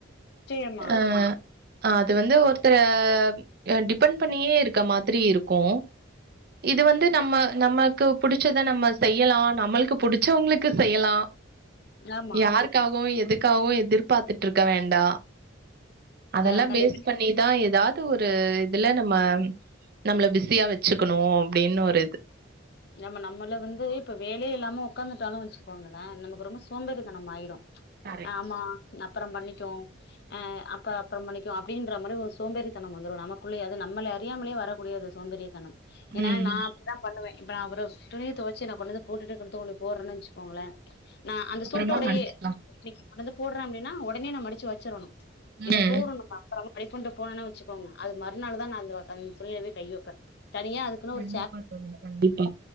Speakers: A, on the left; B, on the right.
A: நிச்சயமா
B: ஆ அது வந்து ஒருத்தர அ டிப்பன் பண்ணியே இருக்க மாதிரி இருக்கு இது வந்து நம்ம நம க்கு புடுச்சத நம்ம செய்யலா நம்மள்க்கு புடுச்சவ்ங்ளுக்கு செய்யலா
A: ஆமா
B: யாருக்காகவு எதுக்காகவு எதிர் பாத்துட்ருக்க வேண்டா அதெல்லா
A: க கண்டிப்பா
B: பேஸ் பண்ணிதா எதா து ஒரு இதுல நம்ம நம்ள பிஸியா வச்சுக்கணு அப்டின்னு ஒரு இது
A: நம்ம நம்மள வந்து இப்ப வேலயே இல்லாம ஒக்காந்துட்டாலு வச்சுக்கோங்களே நமக்கு ரொம்ப சோம்பேறிதனமாயிரு
B: கரெக்ட்.
A: ஆமா ந ப்புறம் பண்ணிக்குவொ அ அப்ப அப்றம் பண்ணிக்குவோ அப்டின்ற மாரி ஒரு சோம்பேறித்தனம் வந்துரு நமக்குள்ளயே அது நம்மள அறியாமலே வரக்கூடியது சோம்பேரித்தனம் ஏனா
B: ம்.
A: நா அப்டிதா பண்ணுவே இப்ப நா அவரு துணிய தொவச்சு நா கொண்டந்து போட்டுட்டு <unintelligible> போட்றன் வச்சுக்கோங்களே நா அந்த
B: அப்புறமா
A: சூட்டோடயே
B: மடிச்சுக்கலாம்.
A: வந்து போட்ற அப்டின்னா ஒடனே நா மடுச்சு வச்சுறனு
B: ம்.
A: எப்போரு நம்ம அப்பறமா மடிப்பொன்டு போனென வச்சிகோங்க அதுக் மறுநாள் தா நா அந்த அந் துணிலவே கை வப்ப தனியா அதுக்குனு
B: கண்டிப்பா
A: ஒரு சே
B: தோழி. கண்டிப்பா